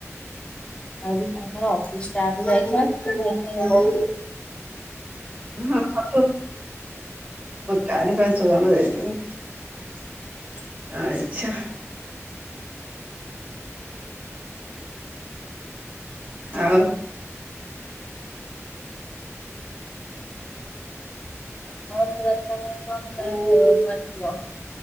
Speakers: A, on the left; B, on the right.
A: ଆଜି ତାଙ୍କର ଅଫିସ ଷ୍ଟାଫ ଯାଇଛନ୍ତିତ ସେଥିପାଇଁ <unintelligible>
B: ହଁ ହଲୋ। ଚାରି ପାଞ୍ଚ ଜଣ ଯାଇଛନ୍ତି ଆଚ୍ଛା। ଆଉ।
A: ମ ରଥଯାତ୍ରା ପାଇଁ କଣ କ କରିବ।